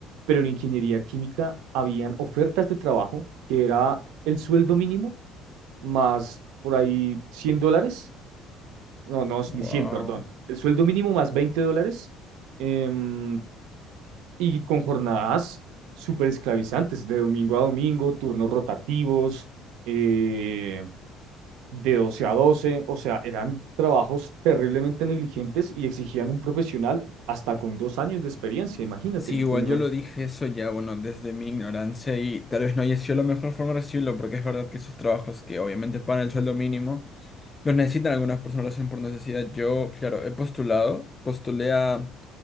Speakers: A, on the right; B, on the left.
A: pero en ingeniería química habían ofertas de trabajo que era el sueldo mínimo más por ahí 100 dólares, no, no,
B: Wow.
A: ni 100 perdón, el sueldo mínimo más 20 dólares em, y con jornadas súper esclavizantes, de domingo a domingo, turnos rotativos, eh, de 12 a doce o sea, eran trabajos terriblemente negligentes y exigían un profesional hasta con dos años de experiencia, imagínate,
B: Sí,
A: y
B: igual
A: con una...
B: yo lo dije eso ya, bueno, desde mi ignorancia y tal vez no haya sido la mejor forma de recibirlo, porque es verdad que esos trabajos que obviamente pagan el sueldo mínimo. los necesitan algunas personas, lo hacen por necesidad. Yo, claro, he postulado, postulé a